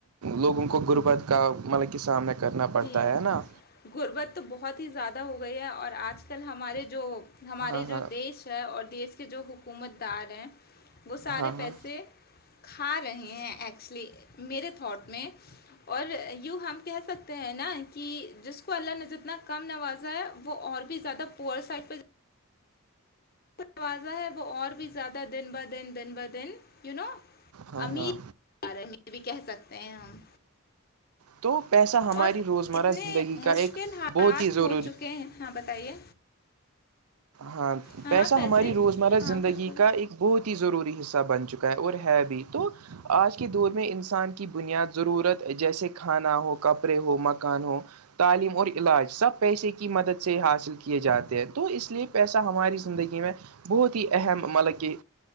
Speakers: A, on the right (about 85°); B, on the left (about 45°).
A: لوگوں کو غربت کا مطلب کہ سامنا کرنا پڑتا
B: کرنا
A: ہے نا
B: غربت تو بہت ہی زیادہ ہو گئی ہے اور آج کل ہمارے جو ہمارے
A: ہاں
B: جو
A: ہاں
B: دیش اور دیش کے جو حکومت دار ہیں وہ سارے
A: ہاں
B: پیسے
A: ہاں
B: کھا رہے ہیں ایکچولی میرے تھاٹ میں اور یو ہم کہہ سکتے ہیں نا کہ جس کو اللہ نے جتنا کم نوازا ہے وہ اور بھی زیادہ پوور سائڈ پہ نوازا ہے وہ اور بھی زیادہ دن بہ دن دن بہ دن ی نو
A: ہاں
B: امیر
A: ہاں
B: بھی کہہ سکتے ہیں ہم
A: تو پیسہ ہماری
B: اور
A: روزمرہ
B: اتنے
A: زندگی کا
B: مشکل
A: ایک
B: حالات
A: بہت ہی
B: ہو
A: ضروری
B: چکے ہیں ہاں بتائیے
A: ہاں
B: ہاں
A: پیسہ
B: پیسے
A: ہماری روزمرہ
B: ہاں
A: زندگی
B: کچھ بول
A: کا ایک بہت ہی ضروری حصہ بن چکا ہے اور ہے بھی تو آج کے دور میں انسان کی بنیاد ضرورت جیسے کھانا ہو کپ ے ہو مکان ہو تعلیم اور علاج سب پیسے کی مدد سے حاصل کیے جاتے ہیں تو اس لیے پیسہ ہماری زندگی میں بہت ہی اہم مطلب کہ